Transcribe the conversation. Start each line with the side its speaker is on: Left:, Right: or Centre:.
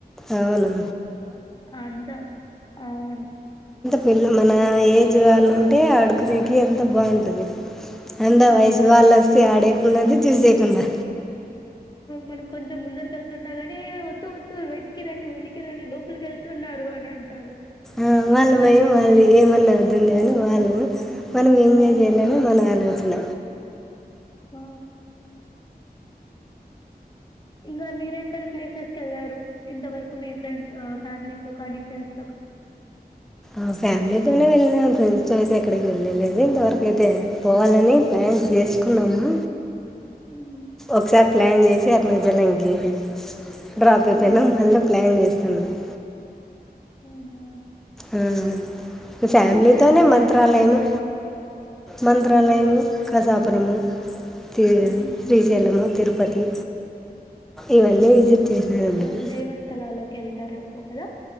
Centre: అవున
Left: అందా అవును
Centre: వీళ్ళు మన ఏజ్ వాళ్ళు ఉంటే ఆడుకునేకి అంత బాగుంటుంది అంత
Left: ఉమ్.
Centre: వయసు వాళ్ళు వస్తే ఆడెకుండదు చూసేకుండా
Left: మనం కొంచెం ముందరికి వెళ్తున్నాగానే వద్దు వద్దు వెనక్కి రండి వెనక్కి రండి లోపలి కెళ్తు తున్నారు అని అంటారు
Centre: ఆ వాళ్ళ భయం వాళ్ళది ఏమన్నా అయితుందని
Left: అవును
Centre: వాళ్ళు మనం ఎంజాయ్
Left: అవును
Centre: చేయాలని మన ఆలోచన
Left: ఆ ఇంగా మీరెక్కడ ప్లేసెస్కి వెళ్లారు ఇంతవరకు మీ ఫ్రెండ్స్ ఫ్యామిలీతో కానీ ఫ్రెండ్స్
Centre: ఆ ఫ్యామిలీ తోనే వెళ్ళినాను ఫ్రెండ్స్ తో అయితే ఏక్ క్కడికి వెళ్ళలేదు ఇంతవరకుయితే పోవాలని ప్లాన్ చేసుకున్నాము
Left: హ్మ్
Centre: ఒకసారి ప్లాన్ చేసి అనిపించలే ఇంకేమి డ్రాప్ అయిపోయినా
Left: ఆహా
Centre: మళ్ళ ప్లాన్ చేస్తున్నారు
Left: మ్మ్ అవును
Centre: మ్మ్ ఫ్యామిలీతోనే
Left: ఫ్రెండ్స్తో
Centre: మంత్రాలయము
Left: ఎక్కలలేదు
Centre: మంత్రాలయము కసాపురము ఈ
Left: హ్మ్
Centre: శ్రీశైలం తిరుపతి ఇవన్ని విజిట్ చేసినాను ఇప్పటికి
Left: మ్మ్ దైవస్థలాల్లోకి వెళ్తారేమో కదా